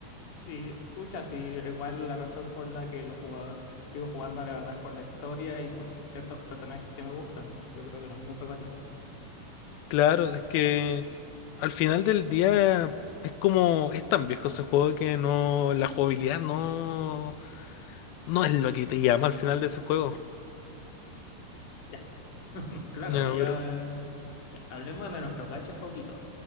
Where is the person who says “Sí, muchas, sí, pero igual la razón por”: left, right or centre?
Left